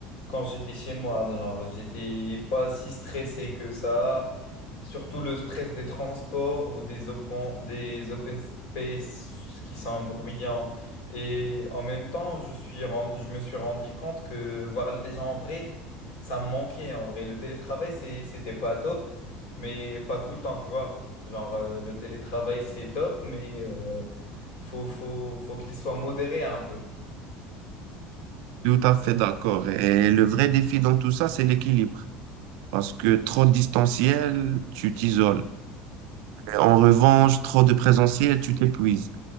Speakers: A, on the left (about 60°); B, on the right (about 65°).
A: quand j'étais chez moi. Genre, j'étais pas si stressé que ça. Surtout le stress des transports ou des open, des open space qui sont bruyants. Et en même temps, je suis ren- je me suis rendu compte que voir les gens en vrai, ça me manquait en vrai. Le télétravail, c'est- c'était pas top, mais pas tout le temps, tu vois. Genre, euh, le télétravail, c'est top, mais euh, faut, faut, faut qu'il soit modéré un peu.
B: Tout à fait d'accord. Et le vrai défi dans tout ça, c'est l'équilibre. Parce que trop de distanciel, tu t'isoles. En revanche, trop de présentiel, tu t'épuises.